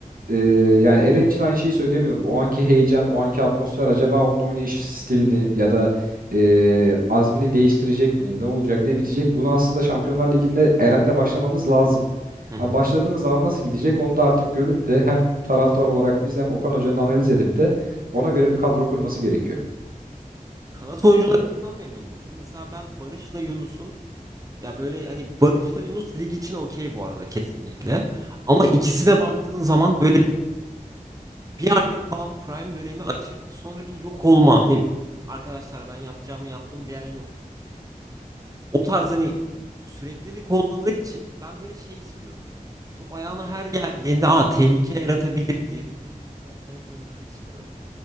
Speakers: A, on the right; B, on the right.
A: e, yani Eren için aynı şeyi söyleyemiyorum. O anki heyecan, o anki atmosfer acaba onun oynayış stilini ya da e, azmini değiştirecek mi? Ne olacak, ne bitecek? Bunu aslında Şampiyonlar Ligi'nde Eren'le başlamamız lazım.
B: Hı hı.
A: Ama başladığımız zaman nasıl gidecek onu da artık görüp de hem taraftar olarak biz hem Okan Hoca'nın analiz edip de ona göre bir kadro kurması gerekiyor.
B: Kanat oyuncularımızdan memnun musun? Mesela ben Barış'la Yunus'un ya böyle hani Barış'la Yunus lig için okey bu arada kesinlikle. Ama ikisine baktığın zaman böyle bir aylık falan prime dönemi açıp sonra bir yok olma. Hani arkadaşlar ben yapacağımı yaptım bir ay yokum. O tarz hani süreklilik olmadığı için ben böyle şey istiyorum. Top ayağına her geldiğinde aa tehlike yaratabilir diyebileceğimiz bir kanat oyuncusu istiyorum.